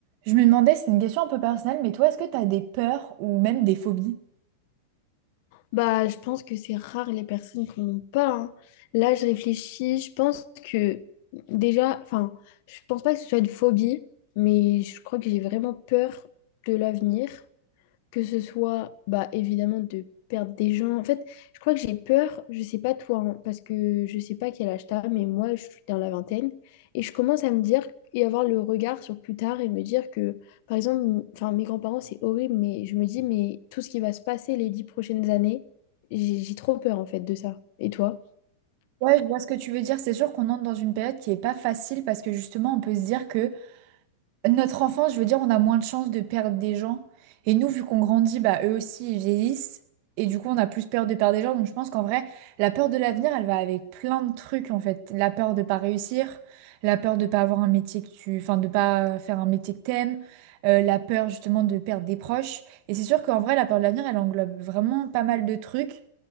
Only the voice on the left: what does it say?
Bah, je pense que c'est rare les personnes qui n'en ont pas. hein. Là, je réfléchis, je pense que déjà, enfin, je pense pas que ce soit une phobie, mais je crois que j'ai vraiment peur de l'avenir que ce soit bah, évidemment de perdre des gens. En fait, je crois que j'ai peur, je sais pas toi, hein, parce que je sais pas quel âge t'as, mais moi je suis dans la vingtaine et je commence à me dire et avoir le regard sur plus tard et me dire que, par exemple, m- enfin mes grands-parents c'est horrible, mais je me dis, mais tout ce qui va se passer les dix prochaines années, j'ai j'ai trop peur en fait de ça. Et toi?